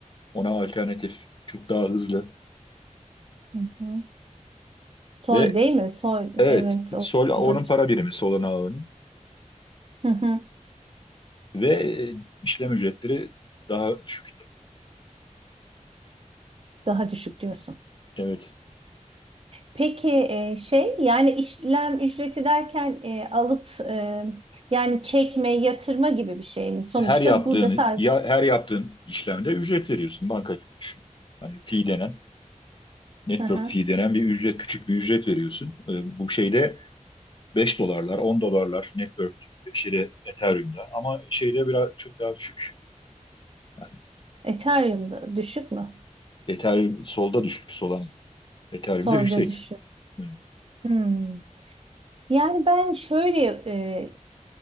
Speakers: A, on the left; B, on the right.
A: ona alternatif, çok daha hızlı
B: Hı hı. Sol
A: ve
B: değil mi? Sol.
A: evet
B: Evet. O,
A: Sol onun
B: o da
A: para birimi Solana ağının
B: hı hı.
A: ve e, işlem ücretleri daha düşük.
B: Daha düşük diyorsun.
A: Evet.
B: Peki e, şey yani işlem ücreti derken e, alıp e, yani çekme, yatırma gibi bir şey mi? Sonuçta
A: her yaptığını
B: burada sadece
A: ya her yaptığın işlemde ücret veriyorsun banka gibi düşün. Hani fee denen network
B: hı hı.
A: fee denen bir ücret küçük bir ücret veriyorsun. Ee, bu şeyde 5 dolarlar 10 dolarlar network şeyde Ethereum'da ama şeyde biraz çok daha düşük. Yani
B: Ethereum'da düşük mü?
A: Ethereum solda düşük Solana. Ethereum'da
B: Sol'da
A: yüksek.
B: düşük.
A: Evet.
B: Hmm. Yani ben şöyle e,